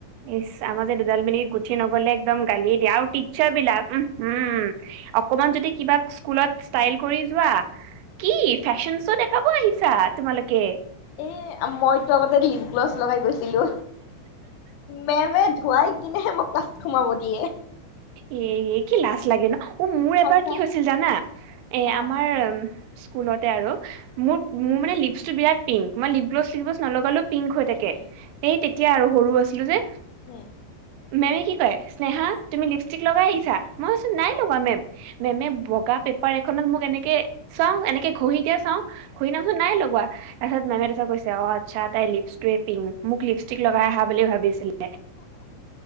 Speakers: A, on the right (about 85°); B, on the left (about 80°).
A: ইচ আমাৰ যে দুডাল বেনি গুঠি নগলে একদম গালিয়ে দিয়া আৰু টিচাৰ্ছ বিলাক উম হু অকমান যদি কিবা স্কুলত ষ্টাইল কৰি যোৱা কি ফেশ্বন শ্ব' দেখাব আহিছা তোমালোকে
B: এ মই তো আগতে লিপ গ্ল'ছ লগাই গৈছোঁ ছিলো মেমে ধুৱাই কিনেহে মোক ক্লাছত সোমাব দিয়ে
A: ইয়ে ইয়ে কি লাজ লাগে ন অ মোৰ
B: সঁচা
A: এবাৰ কি হৈছিল জানা এ
B: অ
A: আমাৰ স্কুলতে আৰু মোৰ মোৰ মানে লিচছটো বিৰাট পিং মই লিপ গ্লছ চিপ গ্লছ নলগালৌ পিংক হৈ
B: উম
A: থাকে
B: উম
A: সেই তেতিয়া আৰু সৰু আছিলোঁ যে
B: উম
A: মেমে কি কয় স্নেহা তুমি লিপষ্টিক লগাই আহিছা মই কৈছো নাই লগোৱা মেম মেমে বগা পেপাৰ এখনত মোক এনেকে চাও এনেকে ঘহি দিয়া চাওঁ ঘহি দিয়াচোন নাই লগোৱা তাৰপিছত মেমে তাৰপাছত কৈছে অ আচ্ছা তাই লিপছ্টোৱে পিং মোক লিপষ্টিক লগাই আহা বুলি ভাবিছিলে